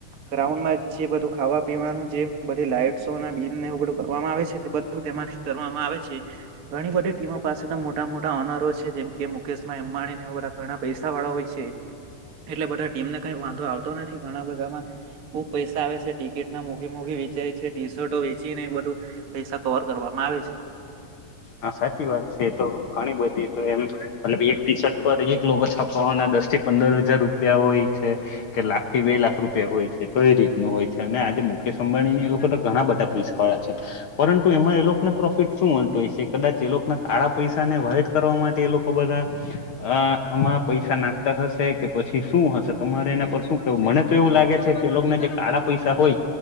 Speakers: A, on the right; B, on the left.
A: ગ્રાઉન્માં જે બધું ખાવા પીવાનું જે બધી લાઈટોસે ને બિલ ને એવું બધું કરવામાં આવે છે, તે બધું તેમાંથી કરવામાં આવે છે. ઘણી બધી ટીમો પાસે તો મોટા મોટા ઓનરો છે જેમ કે મુકેશભાઈ અંબાણી બધા ઘણા પૈસા વાળા હોય છે. એટલે બધા ટીમને કઈ વાંધો આવતો નથી ઘણા બધામાં ખુબ પૈસા આવે છે ટિકિટ ના મુ ઘી મોઘી વેચાય છે ટી શર્ટો વેચી ને બધું પૈસા કવર કરવામાં આવે છે.
B: હા, સાચી વાત છે તો ઘણી બધી તો એમ
A: પરંતુ
B: મતલબ એક ટી શર્ટ પર એક લોકો છાપવાના દસ થી પંદર હજાર રૂપિયા હોય છે કે લાગતી વેલ લાખ રુપિયા હોય એ કઈ રીતનું હોય છે અને આજે મુકેશ અંબાણીની એ લોકો તો ઘણા બધા પૈસા વાળા છે. પરંતુ એમાં એ લોક ના પ્રોફિટ શું હો તોએ છે કદાચ એ લોકો ના કાળા પૈસા ને વહાઇટ કરવા માટે એ લોકો બધા અહ
A: આ આમ
B: આમાં
A: શું
B: પૈસા
A: હતું
B: નાખતા હશે કે પછી શું હશે તમારે
A: એને
B: એના
A: બહુ
B: પર શું કહેવું? મને તો એવું લાગે છે કે લોકોને જે કાળા પૈસા હોય